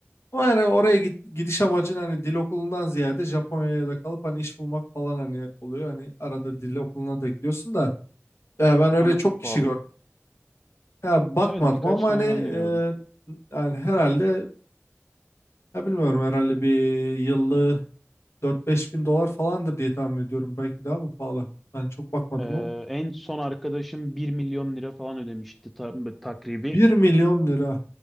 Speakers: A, on the left (about 65°); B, in the centre.
A: Ama yani oraya git- gidiş amacın hani dil okulundan ziyade Japonya'da kalıp hani iş bulmak falan hani oluyor. Hani arada dil okuluna da gidiyorsun da Ya ben öyle
B: Ama
A: çok
B: çok
A: kişi
B: pahalı.
A: gördüm. Ya bakmadım
B: Evet birkaç
A: ama
B: tane
A: hani e,
B: ben de gördüm.
A: yani herhalde ya bilmiyorum herhalde bir yıllığı dört beş bin dolar falandır diye tahmin ediyorum. Belki daha mı pahalı? Ben çok bakmadım
B: E,
A: ama.
B: en son arkadaşım bir milyon lira falan ödemişti ta- takribi.
A: bir milyon lira.